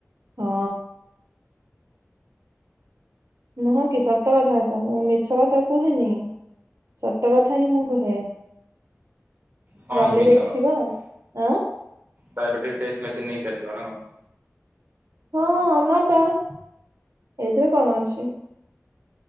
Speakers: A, on the right; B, on the right.
A: ହଁ ନୁହଁ କି ସତ କଥା ତ ମୁଁ ମିଛ କଥା କୁହେନି ସତ କଥା ହିଁ ମୁଁ କୁହେ
B: କଣ
A: ଗଲେ
B: ମିଛ
A: ଦେଖିବା
B: କଥା
A: ଆଉ ଆଁ
B: କରବେଟ୍ର ଟେଷ୍ଟ ମେସିନ ନେଇକି ଆସିବ ନା କଣ
A: ହଁ ନବା ଏଇଥିରେ କଣ ଅଛି